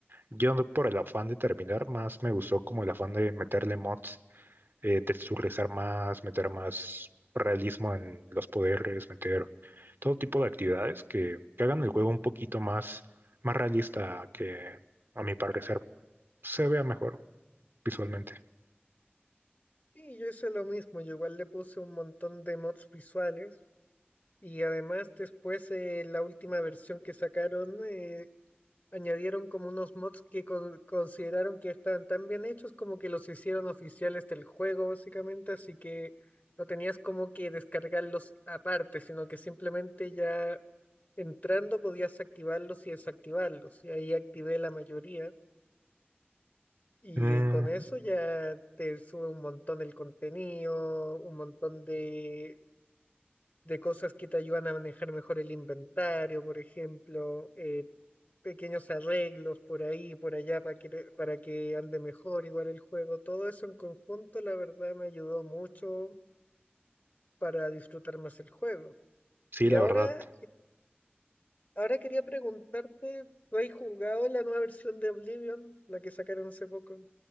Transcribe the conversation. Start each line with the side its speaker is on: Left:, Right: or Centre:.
Right: yo no por el afán de terminar, más me gustó como el afán de meterle mods eh, texturizar más, meter más realismo en los poderes, meter todo tipo de actividades que, que hagan el juego un poquito más, más realista que, a mi parecer, se vea mejor visualmente.
Left: Y yo hice lo mismo, yo igual le puse un montón de mods visuales y además después eh, la última versión que sacaron eh, añadieron como unos mods que con consideraron que estaban tan bien hechos como que los hicieron oficiales del juego básicamente, así que no tenías como que descargarlos aparte, sino que simplemente ya Entrando podías activarlos y desactivarlos, y ahí activé la mayoría. Y
Right: Mm,
Left: con eso ya te sube un montón el contenido, un montón de, de cosas que te ayudan a manejar mejor el inventario, por ejemplo, eh, pequeños arreglos por ahí, por allá, para que, para que ande mejor igual el juego. Todo eso en conjunto, la verdad, me ayudó mucho para disfrutar más el juego.
Right: sí,
Left: Y
Right: la
Left: ahora,
Right: verdad.
Left: Ahora quería preguntarte, ¿tú has jugado la nueva versión de Oblivion, la que sacaron hace poco?